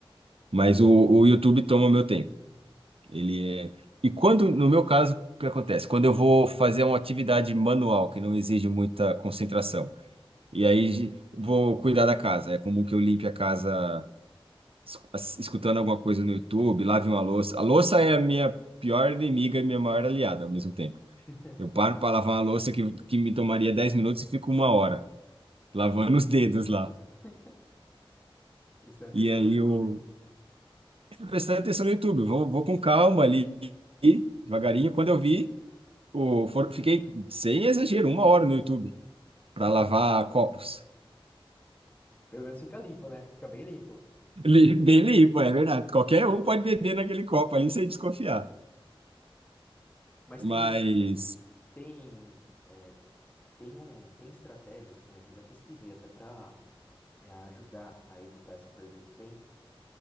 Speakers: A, on the right (about 75°); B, on the left (about 15°).
A: Mas o, o YouTube toma meu tempo. Ele é... E quando, no meu caso, o que acontece? Quando eu vou fazer uma atividade manual que não exige muita concentração, e aí gi- vou cuidar da casa. É comum que eu limpe a casa es- as- escutando alguma coisa no YouTube, lave uma louça. A louça é a minha pior inimiga e minha maior aliada ao mesmo tempo.
B: <laughs>
A: Eu paro para lavar uma louça que, que me tomaria 10 minutos e fico uma hora lavando os dedos lá.
B: Uhum. Prestar atenção
A: E aí
B: no YouTube.
A: eu, prestando atenção no YouTube. Vou, vou com calma ali, devagarinho. Quando eu vi, o, for- fiquei, sem exagero, uma hora no YouTube para
B: <laughs> Uhum.
A: lavar copos.
B: Pelo menos fica limpo, né? Fica bem limpo.
A: Li- Bem limpo, é verdade. Qualquer um pode beber naquele copo ali sem desconfiar.
B: Mas
A: Mas
B: tem, tem, tem um, tem estratégias, né? Que eu já pesquisei até pra eh, ajudar a evitar essa perda de tempo.